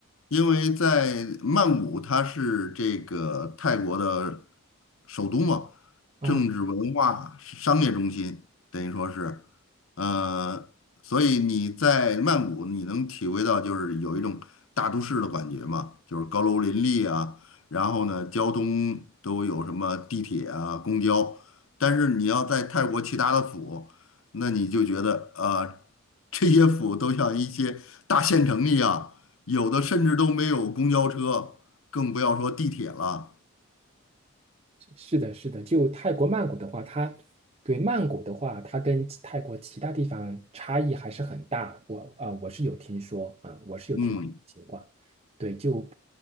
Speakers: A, on the left; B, on the right.
A: 因为在曼谷，它是这个泰国的首都嘛，
B: 啊。
A: 政治文化是商业中心，等于说是，呃，所以你在曼谷，你能体会到就是有一种大都市的感觉嘛，就是高楼林立啊，然后呢，交通都有什么地铁啊、公交，但是你要在泰国其他的府，那你就觉得啊、呃这些府都像一些大县城一样。有的甚至都没有公交车，更不要说地铁了。
B: 是的，是的，就泰国曼谷的话，它对曼谷的话，它跟其泰国其他地方差异还是很大。我啊、呃我是有听说啊、我是有听说这种情况。
A: 嗯，
B: 对，就